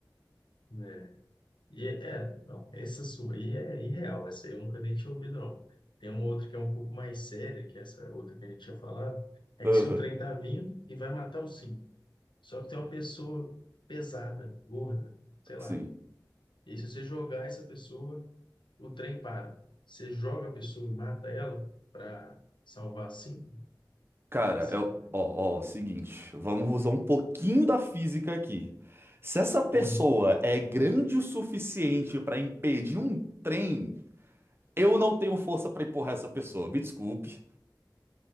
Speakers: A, on the left (about 85°); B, on the right (about 30°).
A: É. E é, é, não, essa sua aí é irreal, essa aí eu nunca nem tinha ouvido, não. Tem uma outra que é um pouco mais séria, que é essa outra que a gente tinha falado, é
B: Aham,
A: que se o trem tá vindo e vai matar o sim. Só que tem uma pessoa pesada, gorda, sei lá.
B: sim.
A: E aí, se você jogar essa pessoa, o trem para. Você joga a pessoa e mata ela para salvar a sim?
B: Cara,
A: Essa
B: eu,
A: é.
B: ó, ó, seguinte, vamos usar um pouquinho da física aqui. Se essa pessoa
A: Uhum.
B: é grande o suficiente pra impedir um trem, eu não tenho força pra empurrar essa pessoa. Me desculpe.